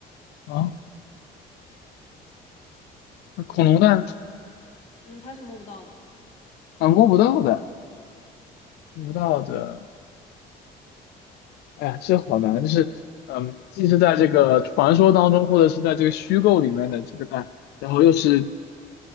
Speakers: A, on the left (about 75°); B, on the left (about 40°).
A: 啊。那恐龙蛋
B: 嗯，它是摸不到的。
A: 啊，摸不到的，摸不到的。哎呀，这好难，就是嗯，既是在这个传说当中，或者是在这个虚构里面的这个蛋，然后又是